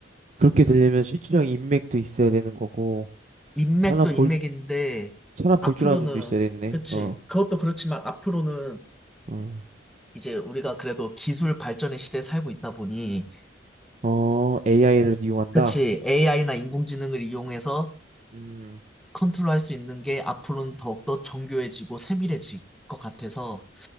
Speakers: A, on the right; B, in the centre.
A: 그렇게 되려면 실질적 인맥도 있어야 되는 거고
B: 인맥도
A: 사람 볼
B: 인맥인데,
A: 사람 볼
B: 앞으로는,
A: 줄 아는 눈도 있어야 되네.
B: 그치.
A: 어,
B: 그것도 그렇지만 앞으로는
A: 어,
B: 이제 우리가 그래도 기술 발전의 시대에 살고 있다 보니,
A: 어 AI를 이용한다.
B: 그치. AI나 인공지능을 이용해서
A: 음.
B: 컨트롤할 수 있는 게 앞으로는 더욱더 정교해지고 세밀해질 것 같아서